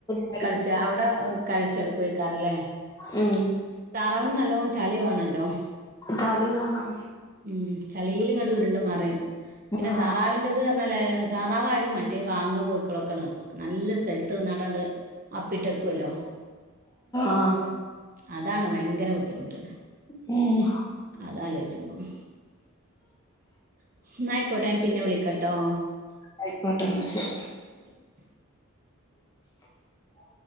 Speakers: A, on the left; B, on the right.
A: കളി
B: കളിച്ച അവിടെ കളിച്ച നടക്കുവായിരിക്കുവല്ലേ
A: ഉം
B: താറാവിന് നല്ലോണം ചളി വേണല്ലോ
A: കളി വേണം
B: ഉം ചളില്ങ്ങോട്ട് ഉരുണ്ട മറിയും പിന്നെ
A: ഉം
B: താറാവിന്റെ ഇൻ്റേത് താറാവ് ആയാലും മറ്റേ വാങ്ങണ കോഴളൊക്ക നല്ല സ്ഥല ത്ത് വന്നാണ്ട് അങ്ങട്ട് അപ്പിട്ടെക്കുവല്ലോ
A: ആഹ്
B: അതാണ് ഭയങ്കര ബുദ്ധിമുട്ട്
A: ഉം
B: അതലോചിച്ച്പ <unintelligible> അയിക്കോട്ടെ ഞാൻ പിന്നെ വിളിക്കട്ടോ
A: ആയിക്കോട്ടന്ന് ശരി
B: <inaudible>
A: <inaudible>